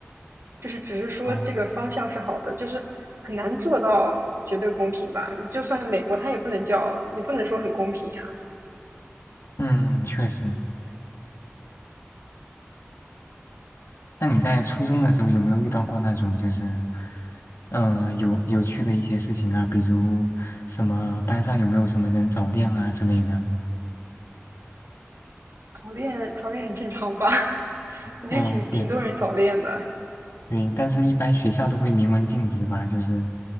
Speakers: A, on the right; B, on the left.
A: 就是只是说这个方向是好的，
B: 哦，
A: 就是很难做到绝对公平吧。你就算美国，它也不能叫你不能说很公平呀、啊
B: 嗯，确实。那你在初中的时候有没有遇到过那种就是，嗯、有有趣的一些事情啊？比如什么班上有没有什么人早恋啊之类的？
A: 早恋，早恋很正常吧？<laughs> 感觉挺挺多人早恋的。
B: 嗯，对对，但是一般学校都会明文禁止吧，就是